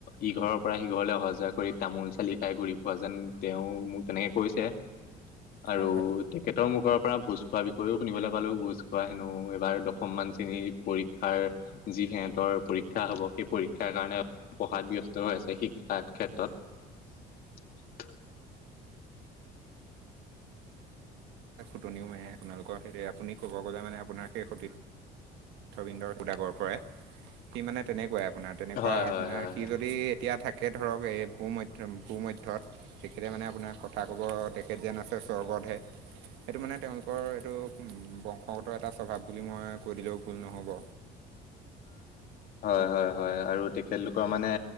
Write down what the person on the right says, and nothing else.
হয় হয়
ফুটনিও মাৰে আপোনালোকৰ সেই আপুনি ক'ব গ'লে মানে আপোনাৰ সেই সতিত। উথবিন্দৰ সুদাগৰ পৰাৰে সি মানে তেনেকুৱাই আপোনাৰ তেনেকুৱা
আপোনাৰ
সি
যদি এতিয়া থাকে। কে ধৰক এই পূ মধ্য ভূ মধ্যত তেখেতে মানে আপোনাৰ কথা ক'ব তেখেত যেন আছে স্বৰ্গতহে
সেইটো মানে তেওঁলোকৰ এইটো বংশগত এটা স্বভাৱ বুলি মই কৈ দিলেও ভুল নহ'ব।